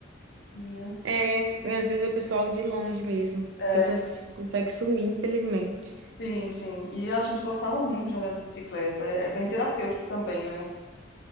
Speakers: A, on the left; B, on the right.
A: né?
B: É, às vezes é pessoal de longe mesmo.
A: É,
B: Pessoas conseguem sumir, infelizmente.
A: sim, sim. E a gente gostava muito de andar de bicicleta. É, é bem terapêutico também, né?